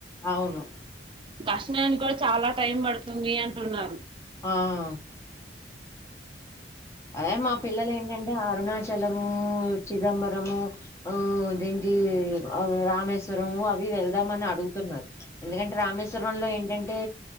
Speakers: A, on the left; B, on the right.
A: అవును
B: దర్శనాని కూడా చాలా టైం పడుతుంది అంటున్నారు
A: ఆహ్ ఆ మా పిల్లలు ఏంటండి అరుణాచ చలము చిదంబరము ఊ ఇదేంటి రామేశ్వరము ఆవ్ వి వెళ్దామని అడుగుతున్నారు ఎందుకంటే రామేశ్వరంలో ఏంటంటే